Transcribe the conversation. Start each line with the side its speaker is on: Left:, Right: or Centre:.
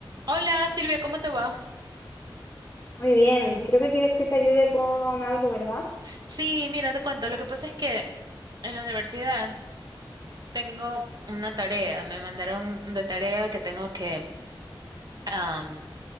Right: Hola Silvia, ¿cómo te va?
Left: Muy bien, creo que quieres que te ayude con algo, ¿verdad?
Right: Sí, mira, te cuento. Lo que pasa es que en la universidad tengo una tarea. Me mandaron de tarea que tengo que am,